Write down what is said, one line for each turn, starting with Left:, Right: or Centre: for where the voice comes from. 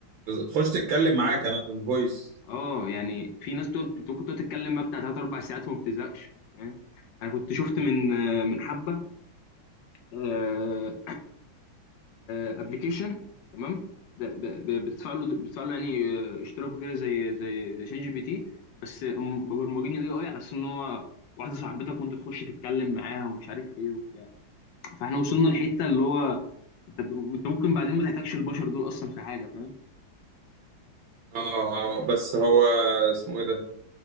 Right: تخش تتكلم معاه
Left: فاهم
Right: كمان من فويس
Left: اه يعني في ناس بتقعد انت ممكن تقعد تتكلم بقى بتاع ثلاث اربع ساعات وما بتزهقش فاهم انا كنت شفت من من حبه آه، ابلكيشن تمام ده ب- ب- بتدفع له بتدفع له يعني آه، اشتراكه كده زي زي زي شات جي بي تي بس هم مبرمجين الاي اي على اساس ان هو واحده صاحبتك وانت تخش تتكلم معاها ومش عارف ايه وبتاع فاحنا وصلنا لحته اللي هو انت ب... انت ممكن بعدين ما تحتاجش البشر دول اصلا في حاجه فاهم
Right: اه آه، آه، بس هو اسمه ايه ده